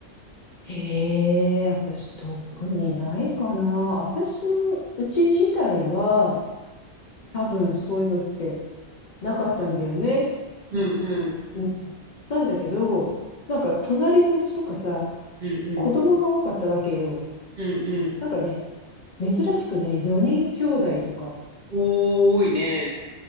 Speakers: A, on the left; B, on the right.
A: へえ、私特にないかな。私のうち自体は多分そういうのってなかったんだよね。
B: うんうん。
A: うん。なんだけど、なんか隣のうちとかさ、
B: うんうん。
A: 子供が多かったわけよ。
B: うんうん。
A: なんかね、珍しくね、4人兄弟とか
B: おー、多いね。